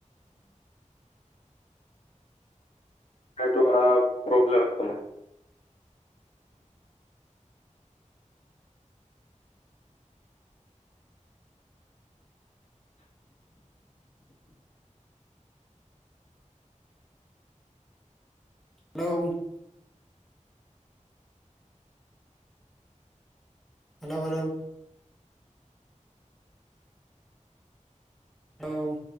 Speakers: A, on the left; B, in the centre.
A: ᱱᱮᱴᱚᱣᱟᱨᱠ ᱯᱨᱚᱵᱞᱮᱢᱮᱜ ᱛᱟᱢᱟᱭ᱾
B: ᱦᱮᱞᱳᱣ᱾ Hello hello. ᱦᱮᱞᱳᱣ᱾